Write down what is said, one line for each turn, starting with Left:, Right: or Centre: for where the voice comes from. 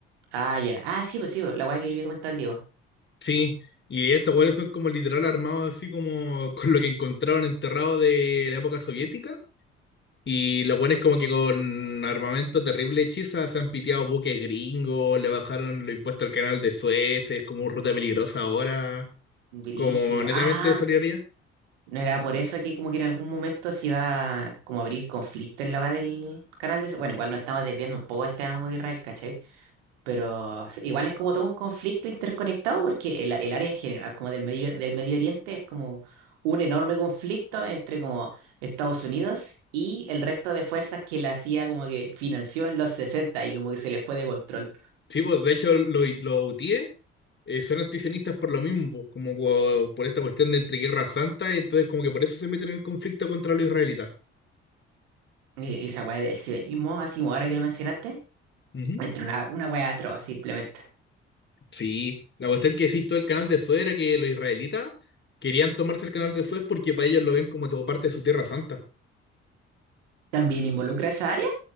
Right: Ah, ya. Ah, sí, pues sí, pues, la weá que había comentado el Diego.
Left: Sí, y estos hueones son como literal armados así como <laughs> con lo que encontraron enterrado de la época soviética Y los buenos como que con armamento terrible hechiza se han piteado buques gringos, le bajaron los impuestos al canal de Suez, es como ruta peligrosa ahora,
Right: Brígido.
Left: como netamente
Right: Ah,
Left: de solidaridad.
Right: No era por eso que como que en algún momento se iba como a abrir conflicto en la hora del canal de... Bueno, igual nos estamos desviando un poco del tema como de Israel, ¿cachai? Pero sí, igual es como todo un conflicto interconectado porque el, el área general como del medio, del Medio Oriente es como un enorme conflicto entre como Estados Unidos y el resto de fuerzas que la CIA como que financió en los 60 y como que se les fue de control.
Left: Sí, pues de hecho los los UTIE eh, son antisionistas por lo mismo, pues, como cua- por esta cuestión de entre guerra santa, y entonces como que por eso se meten en el conflicto contra los israelitas.
Right: Y esa weá del cibenismo, así como ahora que lo mencionaste,
Left: Ujú.
Right: entre una, una weá atroz simplemente.
Left: Sí, la cuestión que decís todo el canal de Suez era que los israelitas querían tomarse el canal de Suez porque para ellos lo ven como parte de su tierra santa.
Right: ¿También involucra esa área?